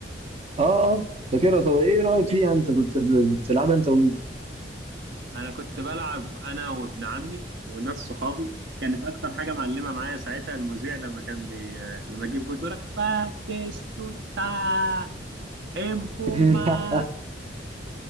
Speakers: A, on the right; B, on the right.
A: آه آه، فاكرها طب إيه رأيك فيها أنت كنت ب- بتلعبها أنت و...
B: انا كنت بلعب انا وابن عمي وناس صحابي كانت اكتر حاجه معلمه معايا ساعتها المذيع لما كان بي... لما اجيب جول يقول لك باتيستوتا امبوما
A: <laughs>